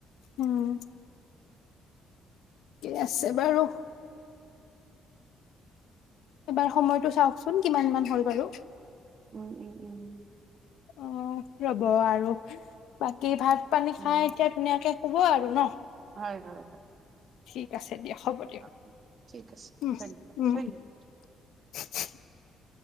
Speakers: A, on the left (about 80°); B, on the right (about 50°).
A: উম। কে আছে বাৰু। এবাৰ সময়টো চাওকচোন কিমান মান হ'ল বাৰু।
B: উম, উম, উম।
A: অ', ৰ'ব আৰু বাকী ভাত পানী খাই
B: উম
A: এতিয়া ধুনীয়াকে শুব আৰু ব, ন?
B: হয়, হয়, হয়।
A: ঠিক আছে। দিয়ক হ'ব দিয়ক
B: অ', ঠিক আছে,
A: উম
B: ধন্যবাদ,
A: উম
B: ধন্যবাদ।
A: <inaudible>